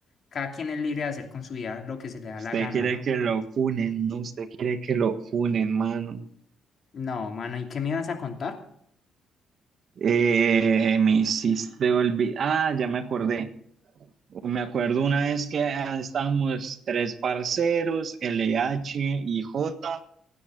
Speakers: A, on the left; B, on the right.
A: cada quien es libre de hacer con su vida lo que se le da
B: Usted
A: la gana,
B: quiere
A: ¿no?
B: que lo funen, ¿no? Usted quiere que lo funen, mano.
A: No, mano, ¿y qué me ibas a contar?
B: Eh, me hiciste olvidar. Ah, ya me acordé. Me acuerdo una vez que ah, estábamos tres parceros, L H y J,